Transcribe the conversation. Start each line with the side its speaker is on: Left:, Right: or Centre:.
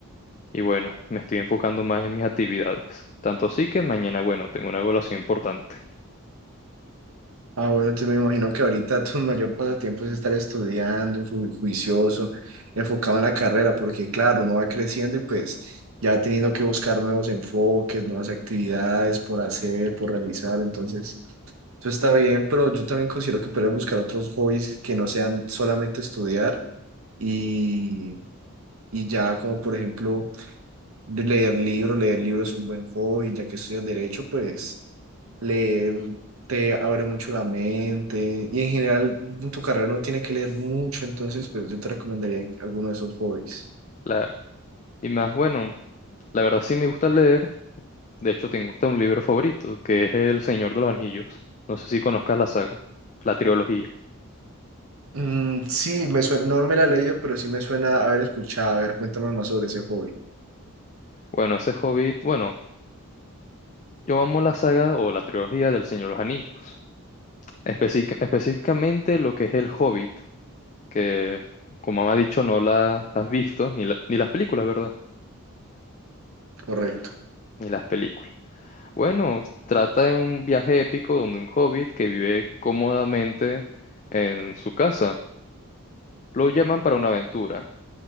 Left: y bueno, me estoy enfocando más en mis actividades. Tanto así que mañana, bueno, tengo una evaluación importante.
Right: Ah, bueno, entonces me imagino que ahorita tu <laughs> mayor pasatiempo es estar estudiando, ju- juicioso, enfocado en la carrera, porque claro, uno va creciendo y pues ya teniendo que buscar nuevos enfoques, nuevas actividades por hacer, por realizar, entonces eso está bien, pero yo también considero que puedes buscar otros hobbies que no sean solamente estudiar y, y ya como por ejemplo de leer libros, leer libros es un buen hobby, ya que estudias derecho, pues... Leer te abre mucho la mente y en general en tu carrera no tiene que leer mucho, entonces pues yo te recomendaría alguno de esos hobbies.
Left: Claro. Y más, bueno, la verdad sí me gusta leer. De hecho, tengo hasta un libro favorito, que es El Señor de los Anillos. No sé si conozcas la saga, la trilogía.
Right: Mm, sí, me suena, no me la he leído, pero sí me suena haber escuchado. A ver, cuéntame más sobre ese hobby.
Left: Bueno, ese Hobbit, bueno, yo amo la saga o la trilogía del Señor de los Anillos, Especi- específicamente lo que es el Hobbit, que como me ha dicho no la has visto, ni, la- ni las películas, ¿verdad?
Right: Correcto.
Left: Ni las películas. Bueno, trata de un viaje épico donde un hobbit que vive cómodamente en su casa, lo llaman para una aventura,